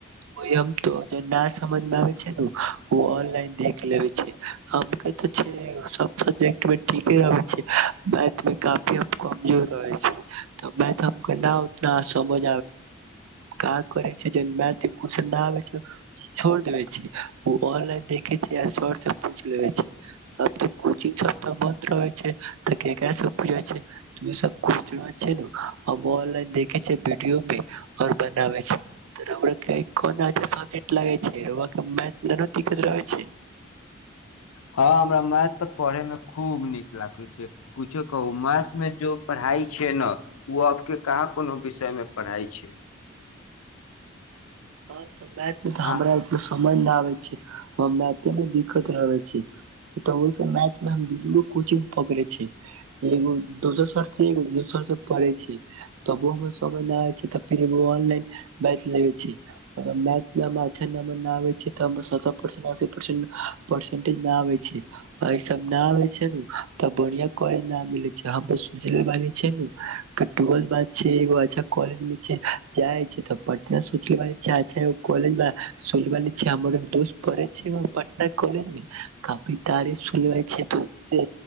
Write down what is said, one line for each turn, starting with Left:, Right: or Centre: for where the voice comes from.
Right: वही हम तऽ जे समझ मे ना आबै छै ओ ऑनलाइन देख लेबे छै हम क जे छै सब के टुवेन्टी <unintelligible> अबै छै बैंक में काम <unintelligible> के कमजोर रहै छै तऽ मै त हम कह न उतना समझ क करै छै जे मैथिली कोश्चन ना आबय छोड़ देब जी ओ ऑनलाइन देखे छै आ सर से पूछ लेबे छै कोचिंग सब बन्द रहे छै तऽ केकरा सब स पु छै जाय छै इ सब ऑनलाइन देखैय छै विडियो पे आओर बनाबै छै राउरा के कोन आसान लागैय छै राउरा के मैथ दिककत नहि न राखैत छै
Left: हँ हमरा मैथ तऽ पढ़ैमे खूब नीक लागै छै कुछो कहू मैथ मे जो पढ़ाइ छै ने ओ आबके कहाँ कोनो विषयमे पढ़ाइ छै
Right: हँ मैथ में त हमरा
Left: आ
Right: एत समझ न आबे छै मैथ मे दिक्कत रहै छै मैथ मे हम दू दूगो कोचिंग पकड़ै छै एगो दोसर सर से एगो विवेक सर से पढै छी तब ओ मे समझ नहि आय छै त फेर ऑनलाइन बैच लेबे छी मैथ अच्छा नंबर न आब छै त सतर परसेंट अस्सी परसेंटज आबै छै सब न आबै छै नु छै तऽ बढ़िया कॉलेज न मिले छै सोचले बाली छै नु टुवेल्थ बात छै एगो अच्छा कॉलेज मे छै जाय छै त पटना सोचले ब अच्छागो कॉलेज मे सुनने बानि छी हमरो दोस्त पढै छै पटना कॉलेज मे काफी तारीफ सुनै छै दोस्त से